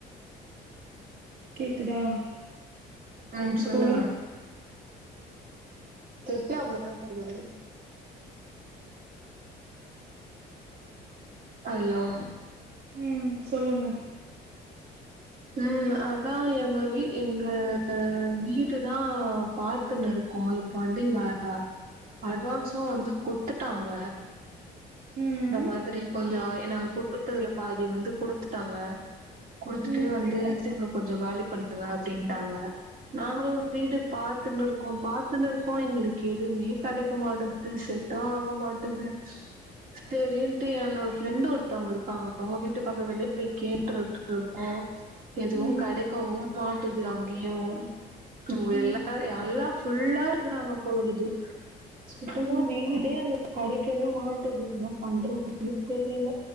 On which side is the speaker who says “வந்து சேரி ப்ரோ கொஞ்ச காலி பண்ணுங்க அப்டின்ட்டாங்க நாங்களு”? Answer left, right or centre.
Right